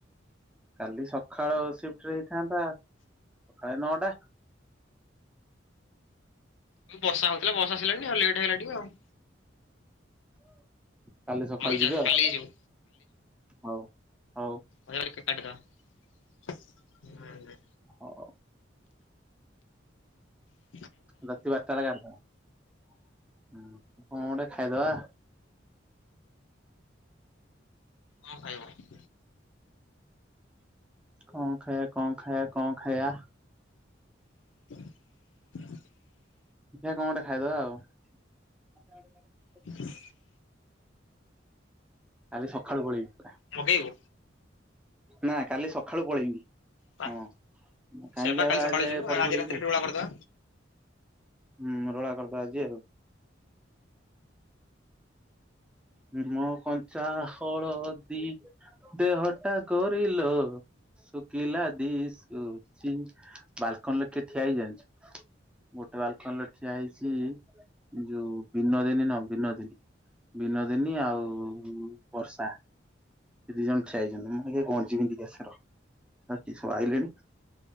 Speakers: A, in the centre; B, on the left (about 80°).
A: କାଲି ସକାଳ ସିଫ୍ଟରେ ହେଇଥାନ୍ତା। ସକାଳେ ନଅଟା।
B: ଉ ବର୍ଷା ହୋଉଥିଲା ବଷା ଆସିଲାଣି ଆଉ ଲେଟେ ହେଇଗଲା ଟିକ ଆଉ।
A: କାଲି ସକାଳ
B: ହଉ ଯା
A: ଯିବେ ଆଉ।
B: କାଲି ଯିବୁ
A: ହଉ ହଉ।
B: ଅର କେ କାଟି ଦବା।
A: ହଉ।
B: ହଁ।
A: ରାତି ବାରଟା ବେଳେ କାଟି ଦବା। କଣ ଗୋଟେ ଖାଇଦବା?
B: କଣ ଖାଇବ?
A: କଣ ଖାଇଆ କଣ ଖାଇଆ କଣ ଖାଇଆ?
B: <unintelligible>
A: ଦେଖିଆ କଣ ଗୋଟେ ଖାଇଦବା ଆଉ। <unintelligible>
B: <unintelligible>
A: କାଲି ସକାଳୁ ପଳେଇବି।
B: ମଗେଇବୁ
A: ନା କାଲି ସକାଳୁ ପଳେଇମି।
B: ବା
A: ହଁ କାହିଁକି
B: ସେ ବା
A: ଆଉ
B: କାଲି ସକାଳୁ
A: ଆଜି ଯାଏ
B: ଯିବୁ
A: ପଡି ପଡି
B: ରାତିରେ
A: ଯିବି।
B: ଠୁଳା କରିଦବା।
A: ହୁଁ ରଳା କରିଦବା ଆଜି ଆଉ। ହୁଁ ମୋ କଞ୍ଚା ହଳଦି ଦେହଟା ଗୋରିଲୋ। ଶୁଖିଲା ଦିସୁଚି ବାଲକୁନି ରେ କିଏ। ଠିଆ ହେଇଚି ଯାଣିଛୁ ଗୋଟେ ବାଲକୁନି ରେ ଠିଆ ହେଇଛି। ଯୋଉ ବିନୋଦିନୀ ନୁଅ ବିନୋଦିନୀ ବିନୋଦିନୀ ଆଉ ବର୍ଷା। ସେ ଦି ଜଣ ଠିଆ ହେଇଚନ୍ତି ମୁଁ ଟିକେ ଗଞି ପିନ୍ଧି କି ଆସେ ର। ସଳା କିଏ ସବୁ ଆଇିଲେଣି